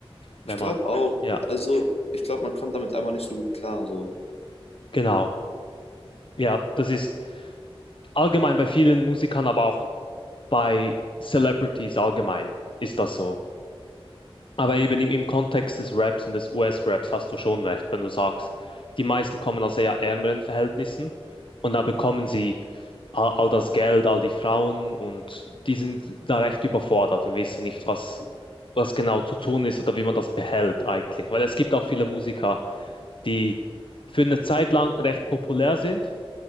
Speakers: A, on the left (about 55°); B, on the left (about 85°).
A: wenn
B: Ich glaube
A: man,
B: auch,
A: ja,
B: also ich glaube, man kommt damit einfach nicht so gut klar, so.
A: genau. Ja, das ist allgemein bei vielen Musikern, aber auch bei Celebrities allgemein ist das so. Aber eben im, im Kontext des Raps und des US-Raps hast du schon recht, wenn du sagst, die meisten kommen aus eher ärmeren Verhältnissen und da bekommen sie all, all das Geld, all die Frauen und die sind da recht überfordert und wissen nicht, was, was genau zu tun ist oder wie man das behält eigentlich. Weil es gibt auch viele Musiker, die für eine Zeit lang recht populär sind